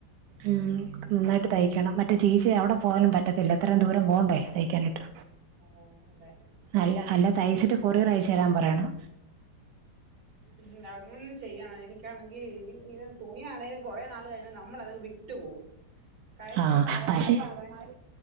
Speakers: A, on the right (about 75°); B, on the right (about 60°).
A: ആഹ് നന്നായിട്ട് തയ്ക്കണം മറ്റേ ചേച്ചി അവിടെ പോവാനും പറ്റത്തില്ല എത്രയും ദൂരം പോണ്ടേ തയ്ക്കാനായിട്ട്
B: ആഹ് അതെ
A: അല്ല അല്ല തയ്ച്ചിട്ട് കൊറിയറയച്ചെരാൻ പറയണം
B: ഉം അങ്ങൊന്ന് ചെയ്യണം എനിക്കാണെങ്കിൽ ഇ തുണിയാണേ കൊറേ നാള് കഴിയുമ്പോ നമ്മൾ അതങ്ങ് വിട്ടു പോകും കഴിഞ്ഞ
A: ആ
B: ദിവസം അലമാരിങ്ങനെ
A: പക്ഷേ